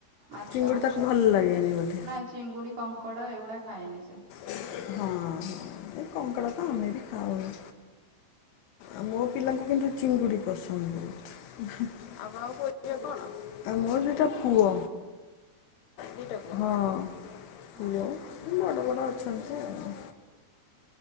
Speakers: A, on the right; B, on the left.
A: ମାଛ
B: ଚିଙ୍ଗୁଡ଼ି ତାକୁ ଭଲ ଲାଗେନି ବୋଧେ।
A: ନା ଚିଙ୍ଗୁଡି କଙ୍କ ଙ୍କଡ଼ା ଏଗୁଡା ଖାଏନି ସେ।
B: ହଁ ଏ କଙ୍କଡ଼ା ତ ଆମେ ବି ଖାଉନି। ଆଉ ମୋ ପିଲାଙ୍କୁ କିନ୍ତୁ ଚିଙ୍ଗୁଡ଼ି ପସନ୍ଦ ବହୁତ। ଆପଣଙ୍କ ପୁଅ ଝିଅ ଙ୍କୁ କଣ? ଆ ମୋର ଦିଟା ପୁଅ, ଦିଟା ପୁଅ ହଁ
A: ଓହୋ
B: ପୁଅ ବଡ଼ବଡ ଅଛନ୍ତି ଆଉ।